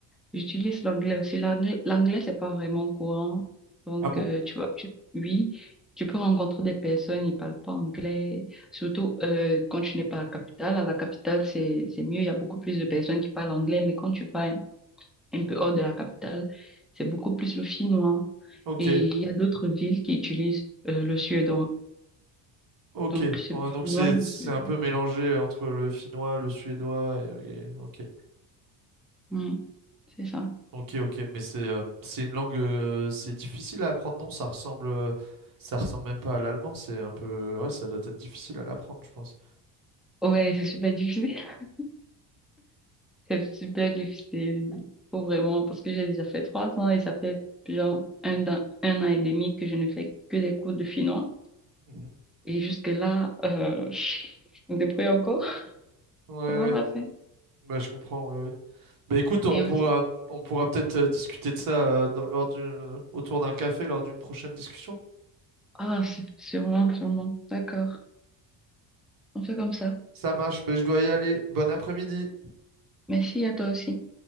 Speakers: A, in the centre; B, on the right (about 45°).
A: j'utilise l'anglais aussi. L'anglais, l'anglais, c'est pas vraiment courant. Donc,
B: Ah bon?
A: euh, tu vois, tu, oui, tu peux rencontrer des personnes, ils parlent pas anglais, surtout euh, quand tu n'es pas à la capitale. À la capitale, c'est, c'est mieux, il y a beaucoup plus de personnes qui parlent anglais, mais quand tu vas un peu hors de la capitale, c'est beaucoup plus le finnois.
B: Ok,
A: Et il y a d'autres villes qui utilisent euh, le suédois.
B: ok.
A: Donc, c'est
B: Ouais,
A: le
B: donc
A: finnois
B: c'est
A: et le
B: c'est
A: suédois.
B: un peu mélangé euh, entre le finnois, le suédois et, et- ok,
A: Mm. C'est ça.
B: ok, ok. Mais c'est euh, c'est une langue, euh, c'est difficile à apprendre, non? Ça ressemble, euh, ça ressemble même pas à l'allemand. C'est un peu, ouais, ça doit être difficile à l'apprendre, je pense.
A: Ouais, c'est super difficile. <laughs> C'est super difficile. Faut vraiment, parce que j'ai déjà fait trois ans et ça fait genre un, an- un an et demi que je ne fais que des cours de finnois.
B: Mhm.
A: Et jusque-là, euh, <laughs> je débrouille encore. <laughs>
B: Ouais,
A: Ça va passer.
B: Bah, je comprends, oui, oui. Bah, écoute, on
A: Et
B: pourra,
A: aussi,
B: on pourra peut-être euh, discuter de ça euh, dans- lors du, euh, autour d'un café, lors d'une prochaine discussion.
A: ah, sûrement, sûrement. D'accord. On fait comme ça.
B: Ça marche, mais je dois y aller. Bon après-midi.
A: Merci à toi aussi.